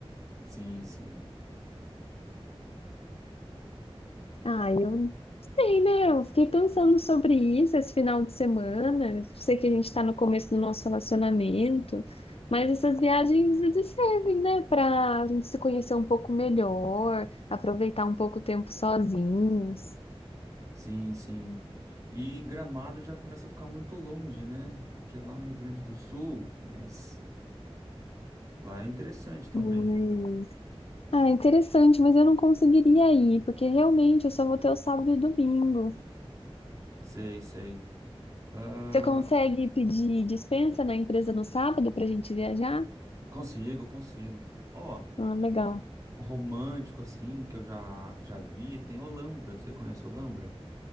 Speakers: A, on the right (about 35°); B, on the left (about 70°).
A: sim, sim.
B: Ah, eu sei, né? Eu fiquei pensando sobre isso esse final de semana. Eu Sei que a gente está no começo do nosso relacionamento, mas essas viagens às vezes servem, né? Para a gente se conhecer um pouco melhor, aproveitar um pouco o tempo sozinhos.
A: Sim, sim. E Gramado já começa a ficar muito longe, né? Porque é lá no Rio Grande do Sul, mas lá é interessante também.
B: Mas- Ah, interessante, mas eu não conseguiria ir, porque realmente eu só vou ter o sábado e domingo.
A: Sei, sei. Ah,
B: Você consegue pedir dispensa na empresa no sábado para a gente viajar?
A: Consigo, consigo. Ó,
B: Ah, legal.
A: romântico assim que eu já já vi, tem Olambra. Você conhece Olambra?